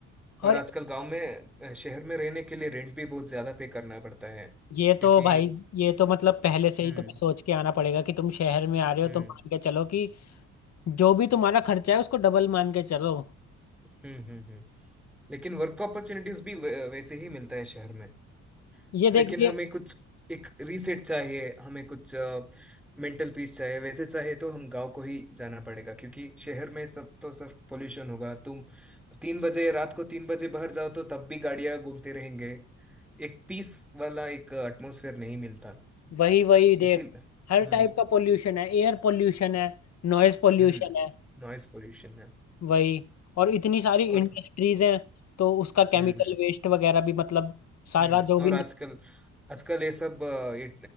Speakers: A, in the centre; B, on the left.
A: और
B: और
A: आजकल गांव में अ, शहर में रहने के लिए रेंट भी बहुत ज्यादा पे करना पड़ता है क्योंकि
B: ये तो भाई ये तो मतलब पहले से
A: हम्म
B: ही तुम्हें सोच के आना पड़ेगा कि तुम शहर में आ रहे हो
A: हम्म
B: तो मान के चलो कि जो भी तुम्हारा खर्चा है उसको डबल मान के चलो
A: हम्म हम्म हम्म लेकिन वर्क अपॉर्चुनिटीज भी वै- वैसे ही मिलता है शहर में
B: ये देखिए
A: लेकिन हमें कुछ एक रीसेट चाहिए हमें कुछ मेंटल पीस चाहिए वैसे चाहिए तो हम गांव को ही जाना पड़ेगा क्योंकि शहर में सब तो सब पोल्यूशन होगा तुम तीन बजे रात को तीन बजे बाहर जाओ तो तब भी गाड़ियां घूमते रहेंगे एक पीस वाला एक एटमोसफेयर नहीं मिलता
B: वही वही देख
A: इसी
B: हर
A: हम्म
B: टाइप का पोल्यूशन है एयर पोल्यूशन है नॉइज पोल्यूशन
A: हम्म
B: है
A: नॉइस पोल्यूशन है
B: वही और इतनी सारी
A: और
B: इंडस्ट्रीज हैं तो उसका केमिकल
A: हम्म
B: वेस्ट वगैरह भी मतलब सारा
A: हम्म
B: जो भी
A: और आजकल आजकल ये सब अ, ये